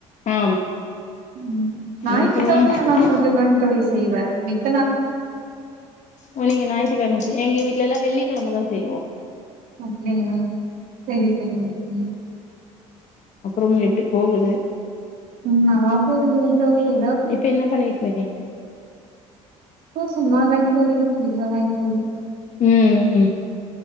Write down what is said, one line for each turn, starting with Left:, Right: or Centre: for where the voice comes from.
Left: ஹும்
Right: ம் ஞாயித்து
Left: அப்றோ
Right: கிழமை ஆனா மட்டும்தாங் தோழி செய்வேன் அப்பிடி
Left: ஓ நீங்க ஞாயித்து கிழம செய் எங்க வீட்லல்லாம் வெள்ளி கிழமதான் செய்வோம்
Right: அப்டிங்களா சேரி சேரிங்க சேரி
Left: அப்புறம் எப்டி போகுது
Right: உம் வாப்பது எதோ
Left: இப்ப என்ன பண்ணிட்டு இருக்கீங்க
Right: இப்போ சும்மா தாங்க தோழி வீட்லதாங்க தோழி
Left: உம்